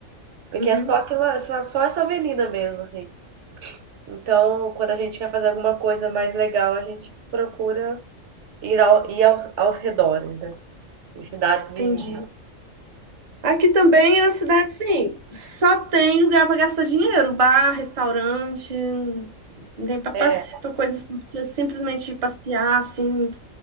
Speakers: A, on the right; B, on the right.
A: Porque
B: Uhum.
A: é só aquilo, é só essa avenida mesmo, assim. Então, quando a gente quer fazer alguma coisa mais legal, a gente procura ir, ao, ir aos, aos redores, né? Em cidades vizinhas.
B: Entendi. Aqui também é uma cidade, sim. Só tem lugar para gastar dinheiro, bar, restaurante, não tem para
A: É,
B: coisa assim, pra você simplesmente ir passear assim.